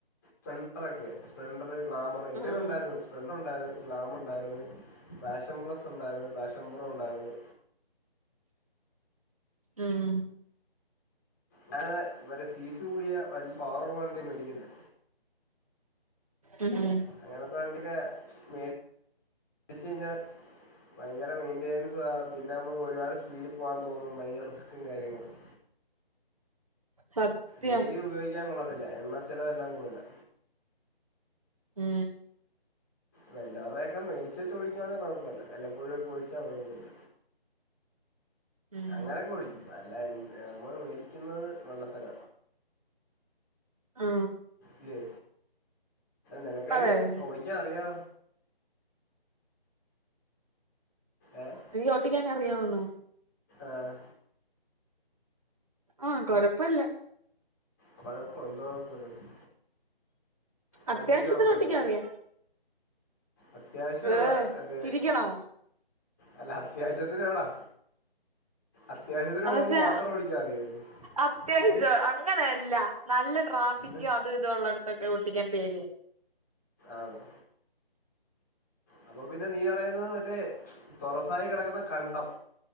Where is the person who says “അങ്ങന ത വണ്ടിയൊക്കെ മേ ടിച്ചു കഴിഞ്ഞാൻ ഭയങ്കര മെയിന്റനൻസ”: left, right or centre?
Left